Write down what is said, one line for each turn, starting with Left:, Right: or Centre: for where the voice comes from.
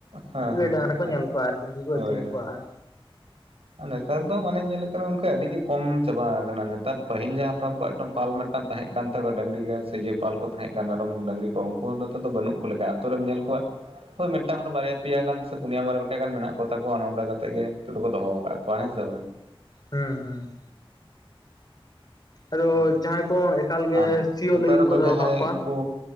Right: ᱦᱮᱸ
Left: ᱜᱟᱹᱭ ᱰᱟᱝᱨᱟ
Right: ᱦᱮᱸ
Left: ᱠᱚ ᱧᱮᱞ ᱠᱚᱣᱟ ᱟᱨᱠᱤ ᱩᱱᱠᱩ ᱠᱚ
Right: ᱦᱳᱭ
Left: ᱟᱹᱛᱤᱧ
Right: ᱦᱳᱭ
Left: ᱠᱚᱣᱟ ᱟᱨ
Right: ᱱᱮᱛᱟᱨ ᱫᱚ ᱢᱟᱱᱮ ᱧᱮᱞ ᱠᱟᱱᱟ ᱜᱚᱝᱠᱮ ᱟᱹᱰᱤ ᱜᱮ ᱠᱚᱢ ᱪᱟᱵᱟ ᱠᱟᱱᱟ ᱱᱮᱛᱟᱨ ᱯᱟᱹᱦᱤᱞ ᱡᱟᱦᱟᱸ ᱦᱟᱯᱲᱟᱢ ᱠᱚᱣᱟᱜ ᱢᱮᱴᱟᱝ ᱯᱟᱞᱢᱮᱴ ᱢᱮᱴᱟᱝ ᱛᱟᱦᱮᱸᱜ ᱠᱟᱱ ᱛᱟᱠᱚᱣᱟ ᱰᱟᱹᱝᱨᱤ ᱜᱮᱥᱮ ᱤᱭᱟᱹ ᱯᱟᱞ ᱠᱚ ᱛᱟᱦᱮᱸᱡ ᱠᱟᱱᱟ ᱢᱮᱨᱚᱢ ᱰᱟᱹᱝᱨᱤ ᱠᱚ ᱩᱱᱠᱩ ᱦᱚᱸ ᱱᱤᱛᱚᱜ ᱫᱚ ᱵᱟᱹᱱᱩᱜ ᱠᱚ ᱞᱮᱠᱟ ᱟ ᱟᱹᱛᱩ ᱨᱮᱢ ᱧᱮᱞ ᱠᱚᱣᱟ ᱦᱳᱭ ᱢᱤᱫᱴᱟᱝ ᱦᱚᱲ ᱵᱟᱨᱭᱟ ᱯᱮᱭᱟ ᱜᱟᱱ ᱥᱮ ᱯᱩᱱᱭᱟ ᱢᱚᱬᱮ ᱜᱚᱴᱮᱡ ᱜᱟᱱ ᱢᱮᱱᱟᱜ ᱠᱚᱛᱟᱠᱚᱣᱟ ᱚᱱᱮ ᱱᱚᱝᱠᱟᱠᱟᱛᱮᱫ ᱠᱟᱛᱮᱜ ᱜᱮ ᱱᱤᱛ ᱫᱚᱦᱚ ᱠᱟᱜ ᱠᱟᱜ ᱠᱚᱣᱟ ᱦᱮᱸ ᱥᱮ ᱵᱟᱝ?
Left: ᱦᱩᱸ ᱦᱩᱸ ᱟᱫᱚ
Right: ᱦᱮᱸ
Left: ᱡᱟᱦᱟᱸᱭ ᱠᱚ ᱮᱠᱟᱞ ᱜᱮ
Right: ᱟᱨ
Left: ᱥᱤᱭᱳᱜ
Right: ᱱᱮᱛᱟᱨᱛ
Left: ᱞᱟᱹᱜᱤᱫ
Right: ᱚᱠᱚᱭ
Left: ᱠᱚ ᱫᱚᱦᱚ
Right: ᱡᱟᱦᱟᱸᱭ
Left: ᱠᱟᱜ ᱠᱚᱣᱟ
Right: ᱩᱝᱠᱩ